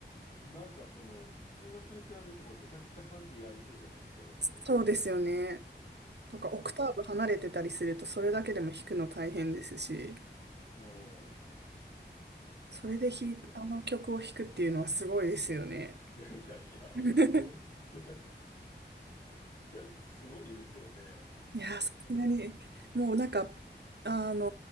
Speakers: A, on the left; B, on the right.
A: なんかその、普通の人に比べてもめちゃくちゃハンディありそうじゃないですか、だって。
B: そうですよね。とか、オクターブ離れてたりすると、
A: うん。
B: それだけでも弾くの大変ですし、
A: うん。
B: それで弾い、
A: いや、
B: あの曲を弾くっていうのはすごいですよね。
A: いやいやいや、ほんとすご、
B: <laughs>
A: す、<laughs> すごいですよね。
B: いやー、さすがに、もうなんか、あの